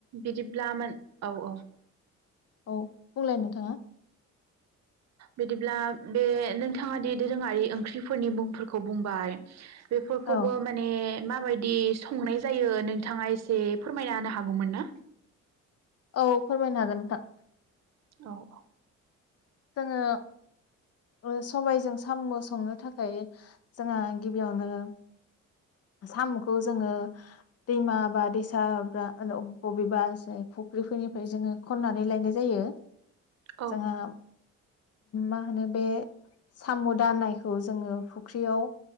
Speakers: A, on the right (about 60°); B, on the left (about 55°).
A: बिदिब्लामोन औ औ
B: औ बुंलाय नोंथाङा
A: बिदिब्ला बे नोंथाङा दि दोरोङारि ओंख्रिफोरनि मुंफोरखौ बुंबाय बेफोरखौबो
B: औ
A: माने माबायदि संनाय जायो नोंथाङा एसे फोरमायना होनो हागौमोन ना?
B: औ फोरमायनो हागोन नोंथां।
A: औ औ
B: जोङो ओ सबायजों साम' संनो थाखाय जोंहा गिबियावनो साम'खौ जोङो दैमा बा दैसा बा बबेबा ज फुख्रिफोरनिफ्राय जोङो खन्नानै लायनाय जायो।
A: औ
B: जोङो मा होनो बे साम'-दानायखौ जोङो फुख्रियाव